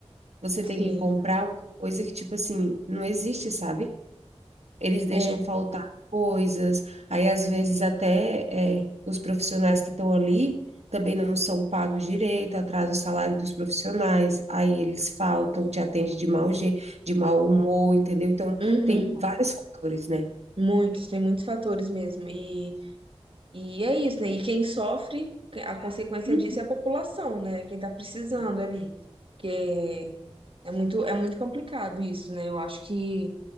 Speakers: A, on the right (about 80°); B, on the right (about 55°).
A: Você
B: sim,
A: tem que comprar uma coisa que, tipo assim, não existe, sabe? eles deixam
B: é,
A: faltar coisas, aí às vezes até é, os profissionais que estão ali também não são pagos direito, atrasa o salário dos profissionais, aí eles faltam, te atende de mau jeito, de mau humor, entendeu? Então,
B: uhum,
A: tem vários fatores, né?
B: muitos, tem muitos fatores mesmo. E, e é isso, né? E quem sofre, a consequência
A: Uhum.
B: disso é a população, né? Quem tá precisando
A: É.
B: ali. Porque é muito, é muito complicado isso, né? Eu acho que